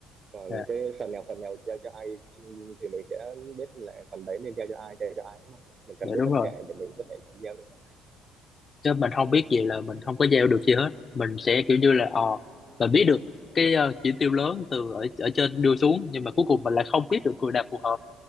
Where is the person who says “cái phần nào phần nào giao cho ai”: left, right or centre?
Right